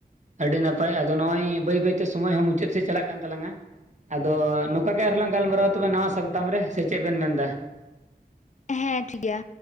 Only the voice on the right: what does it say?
ᱟᱹᱰᱤ ᱱᱟᱯᱟᱭ ᱟᱫᱚ ᱱᱚᱜᱼᱚᱭ ᱵᱟᱹᱭ ᱵᱟᱹᱭᱛᱮ ᱥᱚᱢᱚᱭ ᱦᱚᱸ ᱢᱩᱪᱟᱹᱫ ᱥᱮᱫ ᱪᱟᱞᱟᱜ ᱠᱟᱱ ᱛᱟᱞᱟᱝ ᱟ, ᱟᱫᱚ ᱱᱚᱝᱠᱟ ᱜᱮ ᱟᱨᱦᱚᱸ ᱞᱟᱝ ᱜᱟᱞᱢᱟᱨᱟᱣ-ᱟ ᱛᱚᱵᱮ ᱱᱟᱣᱟ ᱥᱟᱛᱟᱢ ᱨᱮ ᱥᱮ ᱪᱮᱫ ᱵᱮᱱ ᱢᱮᱱᱫᱟ,